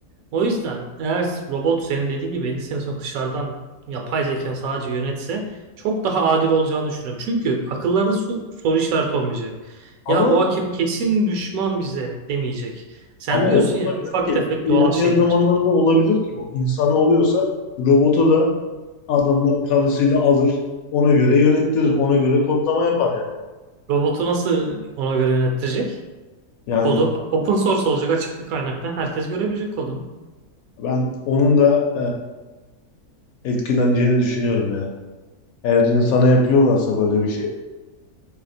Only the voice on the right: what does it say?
O yüzden eğer robot senin dediğin gibi 50 sene sonra dışarıdan yapay zeka sadece yönetse çok daha adil olacağını düşünüyorum. Çünkü akıllarda su- soru işareti olmayacak.
Ya bu hakem kesin düşman bize demeyecek. Sen
diyorsun
ya
ufak
tefek
doğal şeyler.
Robotu nasıl ona göre yönettirecek?
Kodu open source olacak açık bir kaynaktan herkes görebilecek kodunu.